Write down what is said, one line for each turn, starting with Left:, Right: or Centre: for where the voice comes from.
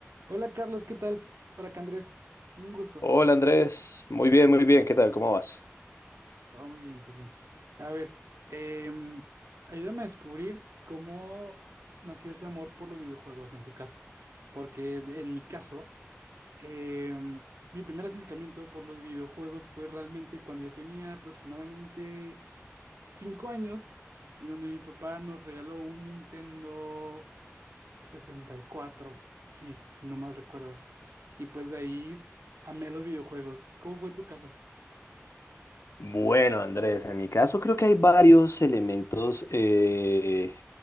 Right: Hola Carlos, ¿qué tal? Por acá Andrés, un gusto.
Left: Hola Andrés, muy bien, muy bien, ¿qué tal? ¿Cómo vas?
Right: Todo muy bien, tú bien. A ver, em, ayúdame a descubrir cómo nació ese amor por los videojuegos en tu caso. Porque en mi caso, em, mi primer acercamiento por los videojuegos fue realmente cuando yo tenía aproximadamente 5 años y donde mi papá nos regaló un Nintendo sesenta y cuatro, sí, si no mal recuerdo. Y pues de ahí amé los videojuegos. ¿Cómo fue tu caso?
Left: Bueno, Andrés, en mi caso creo que hay varios elementos eh,